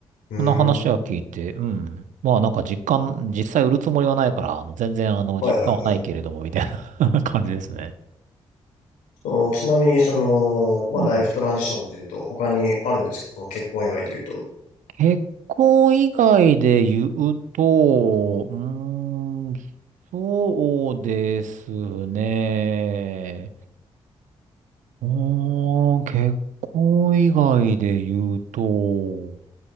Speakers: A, on the left; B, on the right.
A: うーん。
B: そんな話は聞いて、うん。まあなんか実感、実際売るつもりはないから、あの、全然あの、
A: はいはいはい。
B: 実感はないけれども、みたいな <laughs> 感じですね。
A: その、ちなみに、その、まあ、
B: うん。
A: ライフトランジションで言うと、他にあるんですかその結婚以外で言うと。
B: 結婚以外で言うと、うーん、そうですね。おー、結婚以外で言うと、